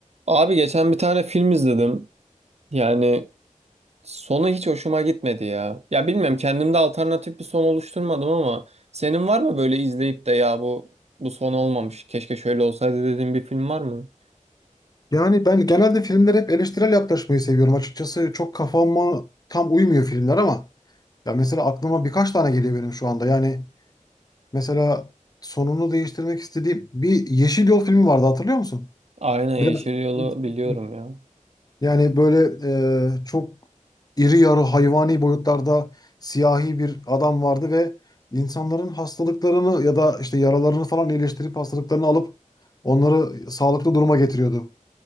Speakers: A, on the right (about 55°); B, on the left (about 30°).
A: Abi geçen bir tane film izledim. Yani sonu hiç hoşuma gitmedi ya. Ya bilmiyorum kendimde alternatif bir son oluşturmadım ama senin var mı böyle izleyip de ya bu bu son olmamış. Keşke şöyle olsaydı dediğin bir film var mı?
B: Yani ben genelde filmlere hep eleştirel yaklaşmayı seviyorum. Açıkçası çok kafama tam uymuyor filmler ama ya mesela aklıma birkaç tane geliyor benim şu anda. Yani mesela sonunu değiştirmek istediğim bir Yeşil Yol filmi vardı hatırlıyor musun?
A: Aynen
B: Biraz
A: Yeşil Yol'u biliyorum
B: <laughs>
A: ya.
B: yani böyle e, çok iri yarı hayvani boyutlarda siyahi bir adam vardı ve insanların hastalıklarını ya da işte yaralarını falan iyileştirip hastalıklarını alıp onları sağlıklı duruma getiriyordu.